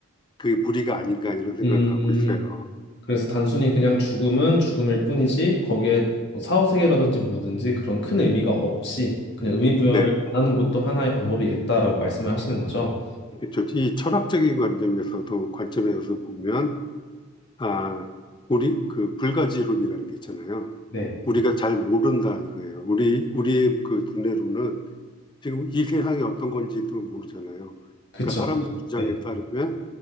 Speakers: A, on the left; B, on the left.
A: 그게 무리가 아닌가 이런 생각을
B: 음,
A: 갖고 있어요.
B: 그래서 단순히 그냥 죽음은 죽음일 뿐이지, 거기에 뭐 사후세계라든지 뭐든지 그런 큰 의미가 없이, 그냥 의미 부여를
A: 네,
B: 안 하는 것도 하나의 방법이겠다라고 말씀을 하시는 거죠.
A: 그렇죠. 이 철학적인 관점에서도 관점에서 보면 아 우리 그 불가지론이라는 게 있잖아요.
B: 네.
A: 우리가 잘 모른다 이거예요. 우리 우리의 그 두뇌로는 지금 이 세상이 어떤 건지도 모르잖아요.
B: 그쵸.
A: 그러니까 사람들 주장에
B: 네.
A: 따르면